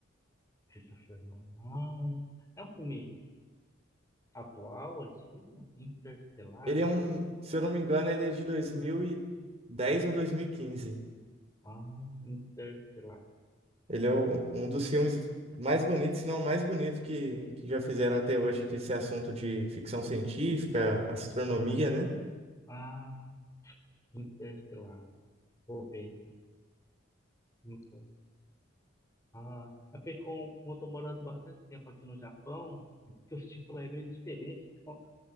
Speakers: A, on the left (about 15°); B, on the right (about 30°).
A: Christopher Nolan. É um filme atual, antigo? Interstellar?
B: Ele é um, se eu não me engano, ele é de dois mil e dez ou dois mil e quinze
A: Ah, Interstellar.
B: Ele é o- um dos filmes mais bonitos, se não o mais bonito que, que já fizeram até hoje desse assunto de ficção científica, astronomia,
A: Ah,
B: né?
A: ah, Interstellar. Vou ver esse. Ah, é porque com- como eu tô morando bastante tempo aqui no Japão, <laughs> que os títulos é meio diferente, então,